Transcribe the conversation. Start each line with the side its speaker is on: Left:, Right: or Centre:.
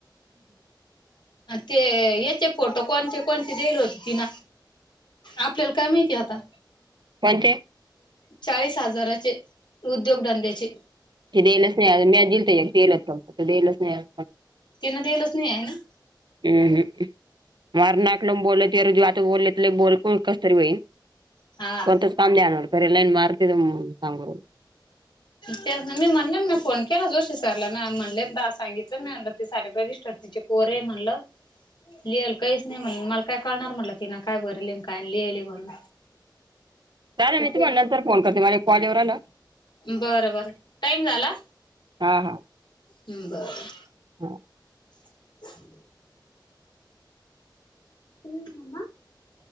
Left: ते याचे फोटो कोणचे कोणचे दिले होते तिन आपल्याला काय माहिती आता
Right: कोणते
Left: चाळीस हजाराचे उद्योगधंद्याचे
Right: के ल स्नेह म्याज जल य तेला स्नेह
Left: त्यांना दयलाच नाही आहे ना
Right: हम्म हम्म मार नाक लाून बोललात रजू आता बोललेत बोल कस तरी होईल
Left: हा
Right: कोणतच कामलीणाररलान मारत सांगर
Left: ते मी म्हणले ना फोन केला जोशी सरला ना म्हणले सांगितलं म म्ह ते सारे ब तिचे कोरे म्हणल लिहिल काहीच नाही म्हण मला काय कळणार म्हटलं तिन काय बरल काय लिहिले म्हणून
Right: चालेल
Left: तर
Right: मी
Left: ते
Right: तुम्हाला नंतर फोन करते माझ कॉलवर आला
Left: बरं बर टाइम झाला
Right: हा हा
Left: बर
Right: हो <inaudible>
Left: <unintelligible> <unintelligible>